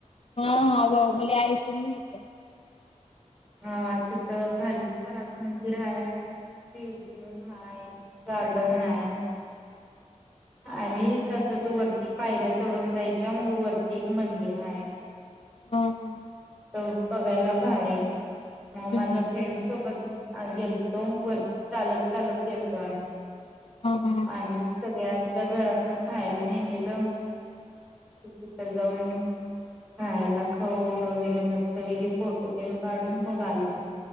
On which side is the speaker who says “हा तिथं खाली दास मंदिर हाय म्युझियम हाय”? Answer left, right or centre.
Centre